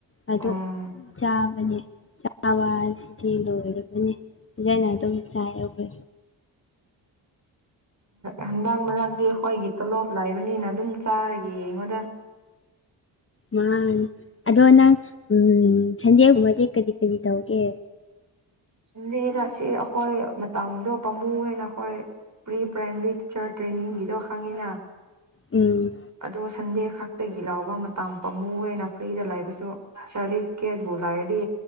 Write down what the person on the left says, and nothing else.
ꯑ
ꯆꯥꯕꯅꯦ ꯆꯥꯕ ꯍꯥꯏ ꯑꯁꯤꯗꯤ ꯂꯣꯏꯔꯕꯅꯦ ꯌꯥꯅꯦ ꯇ ꯁꯥꯏꯔ
ꯃꯥꯅꯦ ꯑꯗꯣ ꯅꯪ ꯁꯟꯗꯦꯒꯨꯝꯕꯗꯤ ꯀꯔꯤ ꯀꯔꯤ ꯇꯧꯒꯦ
ꯎꯝ